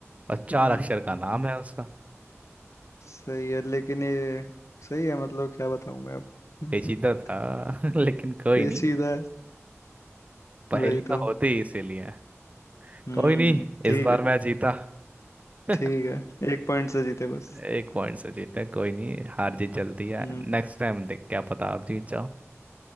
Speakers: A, on the right; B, on the left.
A: और चार
B: हम्म,
A: अक्षर का नाम है उसका
B: सही है लेकिन ये सही है मतलब क्या बताऊं मैं अब
A: पेचीदा
B: <laughs>
A: था <laughs> लेकिन कोई
B: पेचीदा
A: नहीं
B: है
A: पहेलियां
B: वही तो
A: होती ही इसीलिए हैं।
B: हम्म
A: कोई नहीं
B: ठीक
A: इस बार
B: है
A: मैं जीता <laughs>
B: ठीक है एक पॉइंट से जीते बस
A: एक पॉइंट से जीता कोई नहीं हार जीत चलती है
B: हम्म
A: नेक्स्ट टाइम देख क्या पता आप जीत जाओ